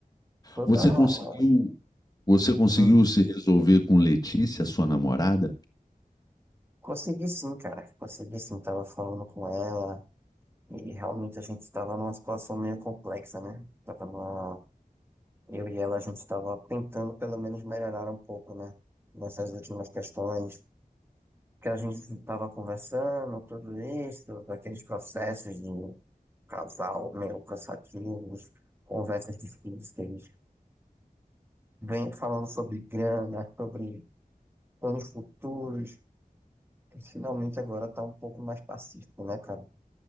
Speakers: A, on the right (about 15°); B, on the left (about 25°).
A: toda.
B: Você conseguiu, você conseguiu
A: Hum,
B: se resolver com Letícia, sua namorada?
A: consegui sim, cara. Consegui sim. Tava falando com ela e realmente a gente tava numa situação meio complexa, né? Tava numa... Eu e ela, a gente tava tentando pelo menos melhorar um pouco, né? Nessas últimas questões que a gente tava conversando, tudo isso, daqueles processos de. casal meio cansativos, conversas difíceis, vem falando sobre grana, sobre planos futuros, e finalmente agora tá um pouco mais pacífico, né, cara?